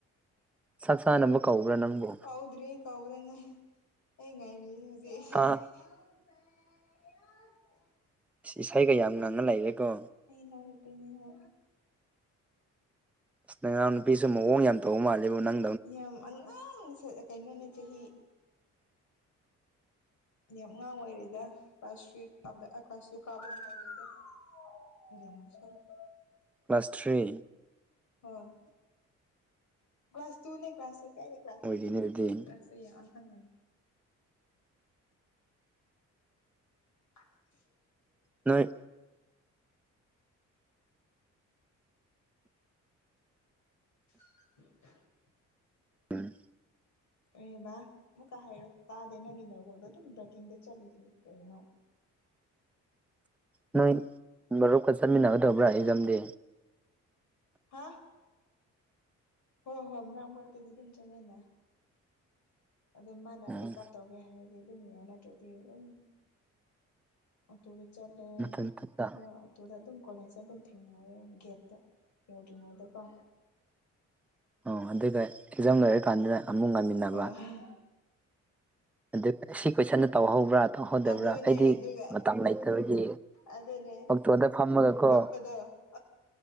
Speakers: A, in the centre; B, on the left.
A: ꯆꯥꯛ ꯆꯥꯅꯕ ꯀꯧꯕ꯭ꯔꯥ ꯅꯪꯕꯨ
B: ꯀꯧꯗ꯭ꯔꯤ ꯀꯧꯕ ꯉꯥꯏ ꯑꯩ ꯉꯥꯏꯔꯤꯌꯦ ꯍꯧꯖꯤꯛ ꯑꯩ
A: ꯍꯥ
B: ꯌꯥꯎꯁꯦ ꯌꯥꯎꯁꯦ
A: ꯏꯁ ꯏꯁꯩꯒ ꯌꯥꯝ ꯉꯪꯉ ꯂꯩꯔꯦꯀꯣ
B: ꯑꯩ ꯏꯅꯥꯎꯅꯨꯄꯤꯅꯤ ꯍꯦ
A: ꯏꯁ ꯅꯔꯎ ꯅꯨꯄꯤꯁꯨ ꯃꯑꯣꯡ ꯌꯥꯝ ꯇꯧꯕ ꯃꯥꯜꯂꯦꯕ ꯅꯪ
B: ꯌꯥꯝ ꯑꯉꯥꯡ ꯁꯤ ꯀꯩꯅꯣꯅꯦ ꯆꯍꯤ ꯌꯥꯝ ꯑꯉꯥꯡ ꯑꯣꯏꯔꯤꯗ ꯀ꯭ꯂꯥꯁ ꯊ꯭ꯔꯤ ꯀꯥꯕꯗ ꯀ꯭ꯂꯥꯁ ꯇꯨ ꯀꯥꯕꯗ ꯉꯥꯏꯔꯤꯗ ꯃꯗꯤꯦ ꯃꯦ ꯁꯣꯔꯦ <unintelligible>
A: ꯀ꯭ꯂꯥꯁ ꯊ꯭ꯔꯤ
B: ꯍꯣꯏ ꯀ꯭ꯂꯥꯁ ꯇꯨꯅꯦ ꯀ꯭ꯂꯥꯁ ꯇꯨ ꯀꯥꯏꯗꯩ ꯀ꯭ꯂꯥꯁ
A: ꯑꯣꯏꯔꯤꯅꯦ
B: ꯊꯔꯤꯅꫭ
A: ꯑꯗꯨꯗꯤ
B: ꯑꯁ ꯑꯗꯨ ꯌꯥꯝ ꯑꯉꯥꯡ‌ ꯑꫭꯏꯔꯤ <unintelligible>
A: ꯅꯣꯏ
B: <unintelligible>
A: ꯎꯝ
B: ꯀꯩꯕꯥ ꯑꯃꯨꯛꯀ ꯍꯥꯏꯔꯣ ꯇꯥꯗꯦ ꯅꯪꯒꯤ ꯅꯑꫭꯡꯗꯣ ꯑꯗꯨꯝ ꯕ꯭ꯔꯦꯛꯀꯤꯡꯗ ꯆꯠꯂꯤꯁꯤ ꯀꯩꯅꯣ
A: ꯅꯪ ꯃꯔꯨꯞꯀ ꯆꯠꯃꯤꯟꯅꯒꯗꯕ꯭ꯔꯥ ꯑꯦꯛꯖꯥꯝꯗꯤ
B: ꯍꯥ ꯍꯣ ꯍꯣ ꯃꯔꯡ ꯃꯔꯛꯇꯗꯤ ꯑꯗꯨꯝ ꯆꯠꯃꯤꯟꯅ ꯑꯗꯨ ꯃꯥꯅ
A: ꯎꯝ
B: ꯄꯤꯛ ꯀꯞ ꯇꯧꯒꯦ ꯍꯥꯏꯔꯗꯤ ꯑꯗꯨꯝ ꯌꯥꯏ ꯅꯠꯇ꯭ꯔꯗꯤ ꯑꯗꯨꯝ ꯑꫭꯛꯇꯣꯗ ꯆꯠꯂꯦ
A: ꯃꯊꯟ ꯃꯊꯟꯇ
B: ꯍ ꯑꯣꯇꯣꯗ ꯑꯗꯨꯝ ꯀꯣꯂꯦꯁꯇ ꯑꯗꯨꯝ ꯊꯦꯡꯅꯔꯦ ꯒꯦꯠꯇ ꯌꯧꯗ꯭ꯔꯤꯉꯩꯗꯀꯣ
A: ꯑꯣ ꯑꯗꯨꯒ ꯑꯦꯛꯖꯥꯝ ꯂꯣꯏꯔꯀꯥꯟꯗꯨꯅ ꯑꯃꯨꯛ ꯉꯥꯏꯃꯤꯟꯅꯕ
B: ꯍꯣꯏ
A: ꯑꯗꯨꯒ ꯁꯤ ꯀꯣꯏꯁꯟꯖꯦ ꯇꯧꯍꯧꯕ꯭ꯔꯥ ꯇꯧꯍꯧꯗꯕ꯭ꯔꯥ
B: ꯑꯗꯨꯅꯦ
A: ꯑꯩꯗꯤ
B: ꯑꯗꯨꯒ
A: ꯃꯇꯝ ꯂꯩꯇꯕꯒꯤ
B: ꯑꯗꯨꯅꯦ
A: ꯑꯣꯛꯇꯣꯗ ꯐꯝꯃꯒꯀꯣ
B: ꯀꯞꯄꯗꯣ